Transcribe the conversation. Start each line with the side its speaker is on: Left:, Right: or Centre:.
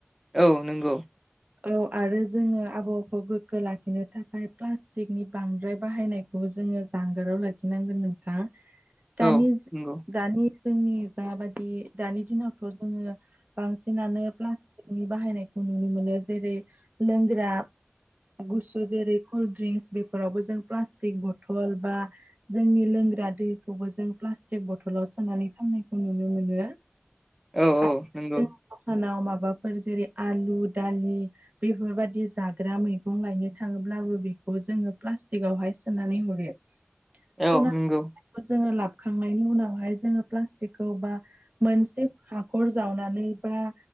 Centre: औ नंगौ
Right: औ आरो जोङो आबहावाखौ गोग्गो लाखिनो थाखाय प्लास्टिकनि बांद्राय बाहायनाय खौ जोङो जानगाराव लाखिनांगोन नोंथां
Centre: <inaudible>
Right: दानि
Centre: नंगौ
Right: दानि जोंनि जाबादि दानि दिनावथ' जोङो बांसिनानो प्लास्टिकनि बाहायनायखौ नुनो मोनो जेरै लोंग्रा गुसु जेरै कल्द ड्रिंक्स बेफोरावबो जों प्लास्टिक बथल बा जोंनि लोंग्रा दैखौबो जों प्लास्टिक बथलाव सोनानै फाननायखौ नुनो मोनो
Centre: औ औ
Right: आरो
Centre: नंगौ
Right: दखानाव माबाफोर जेरै आलु दालि बेफोर बायदि जाग्रा मैगं लायनो थाङोब्लाबो बेखौ जोङो प्लास्टिकआवहाय सोनानै हरो
Centre: <inaudible>
Right: <unintelligible> जोङो
Centre: नंगौ
Right: <unintelligible> थांनायनि उनावहाय जोङो प्लास्टिकखौ बा मोनसे हाखर जावनानै बा